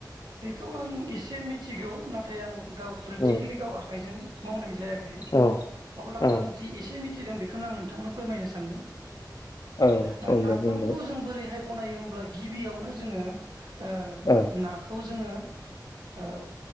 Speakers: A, on the right (about 70°); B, on the left (about 55°).
A: बेखौ आं एसे मिथिगौ नाथाय आं गाव प्रेक्टिकेलि
B: औ
A: गाव आखाइजों मावनाय <unintelligible>
B: औ
A: अब्लाबो
B: औ
A: आं जि एसे <unintelligible> बेखौनो आं नों फोरमायनो सानदों।
B: औ
A: नाफामखौ
B: अब्ला बुंबाय
A: जों बोरैहाय बनायो होमब्ला गिबियावनो जों जोङो ओ ना
B: औ
A: जोङो औ।